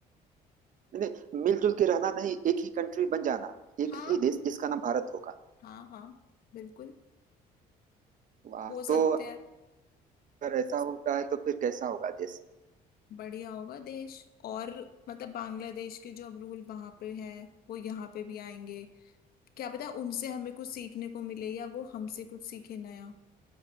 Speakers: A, on the right (about 50°); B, on the left (about 65°).
A: नहीं नहीं, मिलजुल के रहना नहीं एक ही कंट्री बन जाना
B: हाँ
A: एक ही देश जिसका नाम भारत होगा
B: हाँ हाँ बिल्कुल
A: वाह
B: हो सकते
A: तो
B: हैं
A: अगर ऐसा होता है तो फिर कैसा होगा देश
B: बढ़िया होगा देश और मतलब बांग्लादेश के जो अब रूल वहां पे हैं वो यहाँ पे भी आएंगे क्या पता उनसे हमें कुछ सीखने को मिले या वो हमसे कुछ सीखे नया